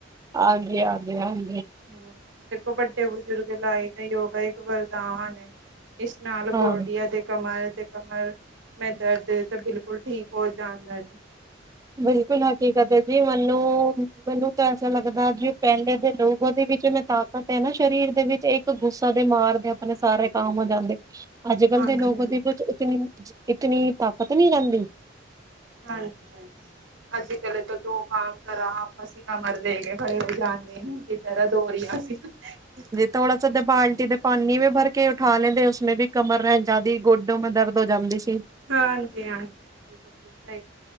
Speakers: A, on the right; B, on the right.
A: ਹਾਂਜੀ ਹਾਂਜੀ ਹਾਂਜੀ।
B: ਹੂੰ, ਦੇਖੋ ਵੱਡੇ ਬਜ਼ੁਰਗ ਲਾਏ ਤਾਂ ਯੋਗਾ ਇੱਕ ਵਰਦਾਨ ਇਸ ਨਾਲ ਗੋਡੀਆ
A: ਹਾਂ।
B: ਦੇ ਕਮਰ ਤੇ ਕਮਰ ਮੈਂ ਦਰਦ ਤਾਂ ਬਿਲਕੁਲ ਠੀਕ ਹੋਰ ਜਾਂਦਾ।
A: ਬਿਲਕੁਲ ਹਕੀਕਤ ਜੀ ਮੈਨੂੰ ਮੈਨੂੰ ਤਾਂ ਐਸਾ ਲੱਗਦਾ ਜੀ ਪਹਿਲੇ ਦੇ ਲੋਕ ਉਹਦੇ ਵਿੱਚ ਮੈਂ ਤਾਕ ਤੇ ਨਾ ਸਰੀਰ ਦੇ ਵਿੱਚ ਇੱਕ ਗੁੱਸਾ ਦੇ ਮਾਰਦੇ ਆਪਣੇ ਸਾਰੇ ਕਾਮ ਹੋ ਜਾਂਦੇ ਅੱਜ ਕੱਲ੍ਹ
B: ਹਾਂਜੀ
A: ਦੇ ਲੋਕ
B: ਹਾਂਜੀ
A: ਉਹਦੇ ਕੁੱਛ, ਇਤ ਇਤਨੀ ਤਾਕਤ ਨੀ ਰਹਿੰਦੀ।
B: ਹਾਂਜੀ ਹਾਂਜੀ ਅੱਜ ਕਲੇ ਤੋਂ ਦੋ ਕਾਮ ਕਰਾ ਅੱਸੀਂ ਕਮਰ ਲੈ ਕੇ ਖੜੇ ਹੋ ਜਾਂਦੇ <unintelligible>
A: ਥੋੜ੍ਹਾ ਸਦੇ ਬਾਲਟੀ ਦੇ ਪਾਣੀ ਵੀ ਭਰ ਕੇ ਉਠਾ ਲੈਂਦੇ ਉਸਨੇ ਵੀ ਕਮਰ ਰਹਿ ਜਾਂਦੀ ਗੋਡੋ ਮੈਂ ਦਰਦ ਹੋ ਜਾਂਦੀ ਸੀ।
B: ਹਾਂਜੀ ਹਾਂਜੀ ਹਾਂਜੀ। ਬਿਲਕੁਲ ਸਹੀ